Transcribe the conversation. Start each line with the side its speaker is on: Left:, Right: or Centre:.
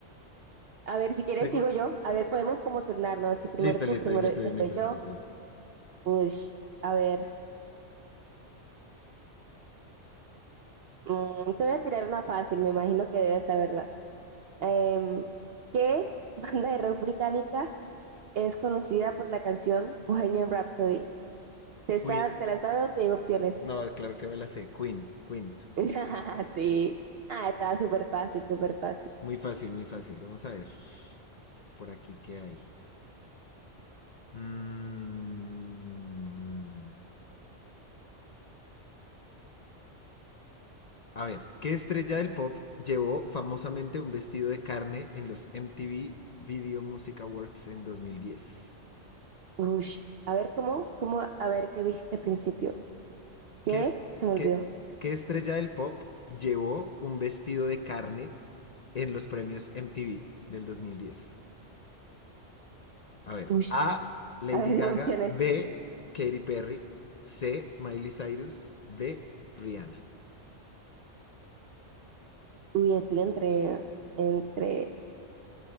Right: A ver, si quieres
Left: segun-
Right: sigo yo. A ver, podemos como turnarnos. así primero
Left: Listo,
Right: tú,
Left: listo,
Right: primero
Left: dime tú, dime
Right: después
Left: tú,
Right: yo.
Left: dime tú.
Right: Uy, a ver. mm, te voy a tirar una fácil, me imagino que debes saberla. Em, ¿qué <laughs> banda de rock británica es conocida por la canción Bohemian Rhapsody? Te,
Left: Queen.
Right: sal- te la sabes o te digo opciones.
Left: No, claro que me la sé. Queen, Queen.
Right: <laughs> Sí. Ah, estaba súper fácil, súper fácil.
Left: Muy fácil, muy fácil. Vamos a ver. Por aquí, ¿qué hay? Mm, A ver, ¿qué estrella del pop llevó famosamente un vestido de carne en los MTV Video Music Awards en 2010?
Right: Ush. A ver, ¿cómo? ¿Cómo? A ver, ¿qué dijiste al principio? ¿Qué?
Left: ¿Qué, es-
Right: Se me olvidó.
Left: qué- qué estrella del pop llevó un vestido de carne en los premios MTV del 2010? A ver,
Right: Ush.
Left: A, Lady
Right: A ver, <laughs> dime
Left: Gaga,
Right: opciones.
Left: B, Katy Perry, C, Miley Cyrus, D, Rihanna.
Right: Uy, estoy entre, entre...